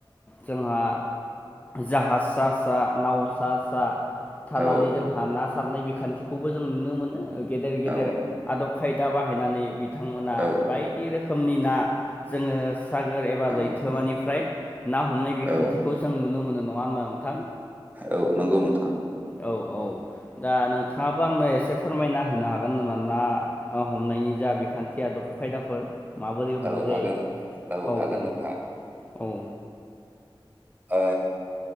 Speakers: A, on the left; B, on the right.
A: जोंहा जाहाज सा सा नाव सा सा थानानै
B: औ
A: जोंहा ना सारनाय बिखान्थिखौबो जों नुनो मोनो गेदेर गेदेर
B: औ
A: आदब खायदा बाहायनानै बिथांमोना
B: औ
A: बायदि रोखोमनि ना जोङो सागोर एबा
B: औ
A: लैथोमानिफ्राय ना हमनाय बिखान्थिखौ
B: औ
A: जों नुनो मोनो नङा होमबा नोंथां,
B: औ नंगौ नोंथां
A: औ औ दा नोंथाङाबो आंनो एसे फोरमायना होनो हागोन नामा? ना हमनायनि जा बिखान्थि आदब खायदाफोर माबोरै हमनाय
B: औ हागोन
A: जायो औ
B: हागोन
A: औ
B: नोंथां
A: औ,
B: ओ